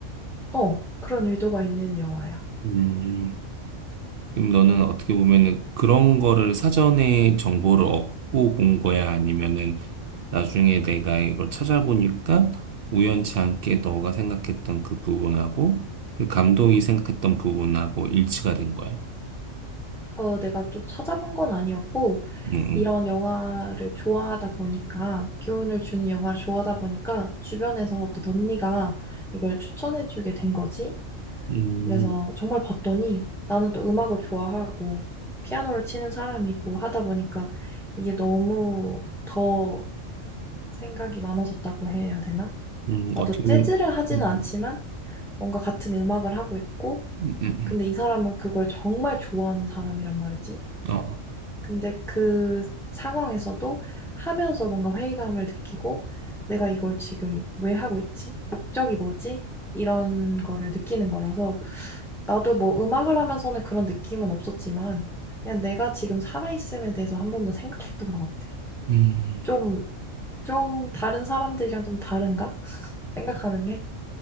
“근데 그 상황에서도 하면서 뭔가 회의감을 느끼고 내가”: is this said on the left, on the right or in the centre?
Centre